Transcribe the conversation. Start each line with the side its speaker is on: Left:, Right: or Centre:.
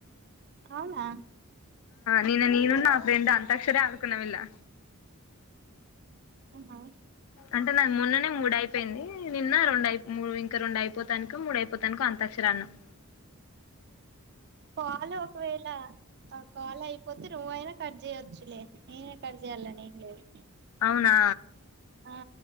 Right: అవునా
Left: నిన్న నేను నా ఫ్రెండ్ అంతాక్షరే ఆడుకోనమ్ ఇల్లా
Right: అవునా
Left: అంటే నాకు ముూన్ననే మూడు అయిపోయింది నిన్న రెండుయి ఇంకా రెండు అయిపోతానుక మూడు అయిపోతానుకో అంతక్షరాడినము
Right: పాలు ఒకవేళ కాల్ అయిపోతే నువ్వైనా కట్ చేయొచ్చులే నేనే కట్ చేయాలని నేం లేదు
Left: అవునా
Right: ఆ